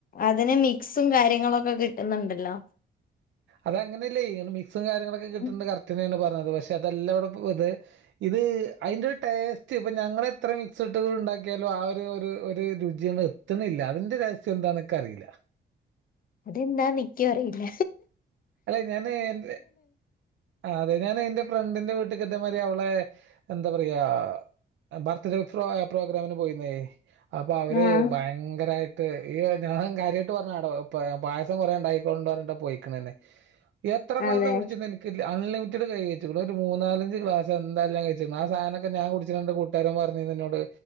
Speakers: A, on the left (about 45°); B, on the right (about 75°).
A: അതിന് മിക്സും കാര്യങ്ങളൊക്കെ കിട്ടുന്നുണ്ടല്ലോ
B: അത് അങ്ങനെയല്ലേ അയ്ന് മിക്സും കാര്യങ്ങളൊക്കെ കിട്ടിണ്ട്
A: ഉം
B: കറക്റ്റെന്നേണ് പറഞ്ഞത് പക്ഷെ അതെല്ല വിടെ ഇത് ഇത് അയ്ന്റൊരു ടേസ്റ്റ് ഇപ്പൊ ഞങ്ങളെ ത്ര മിക്സ് ഇട്ട് ണ്ടാക്കിയാലും ആ ഒരു ഒരു രുചിയൊന്ന്ത്ത്ണില്ല അതിന്റെ രഹസ്യം എന്താക്ക്റിയില്ല
A: അതെന്താ നിക്കുറിയില്ല
B: അല്ലെ ഞാന് എറെ ആ അതെ ഞാൻ എന്റെ ഫ്രണ്ടിന്റെ വീട്ട ട്ട്ക്ക് തേമാതിരി അവളെ എന്താ പറയാ ബർത്ത്ഡേ പ്രോഗ്രാമിന് പോയിന്നേ അപ്പൊ അവര്
A: ആഹ്
B: ഭയങ്കരായിട്ട് ഈ ഞാൻ കാര്യായിട്ട് പറഞ്ഞ ട്ടോ പായസംകൊറെ ണ്ടായിക്കോണ്ട് പറഞ്ഞിട്ട പോയിക്കണന്നെ എത്ര ക്ലാസ
A: അതെ
B: കുടിച്ചിരുന്നത് ഇൻക്ക് അൺലിമിറ്റഡ് കയ്ഞ് ഒരു മൂന്നാലഞ്ച് ക്ലാസ് എന്തായാലും ഞാൻ കയ്ച്ച്ക്ക്ണ് ആ സാധനൊക്കെ ഞാൻ കുടിച്ച്ട്ട്ണ്ട് കൂട്ടുകാരൻ പറഞ് ന്നോട്